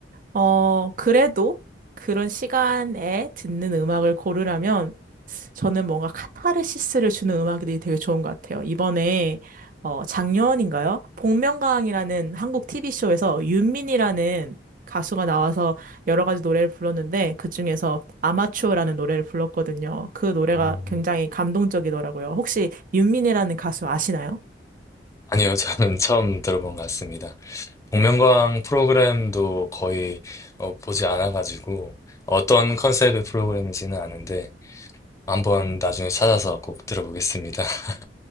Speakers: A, on the right; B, on the left.
A: 어, 그래도 그런 시간에 듣는 음악을 고르라면 저는 뭔가 카타르시스를 주는 음악이 되게 좋은 것 같아요. 이번에 어, 작년인가요? 복면가왕이라는 한국 TV쇼에서 윤민이라는 가수가 나와서 여러 가지 노래를 불렀는데 그중에서 아마추어라는 노래를 불렀거든요. 그 노래가
B: 음,
A: 굉장히 감동적이더라고요. 혹시 윤민이라는 가수 아시나요?
B: 아니요, 저는 처음 들어본 것 같습니다. 복면가왕 프로그램도 거의 어, 보지 않아가지고 어떤 컨셉의 프로그램인지는 아는데 한번 나중에 찾아서 꼭 들어보겠습니다. <laughs>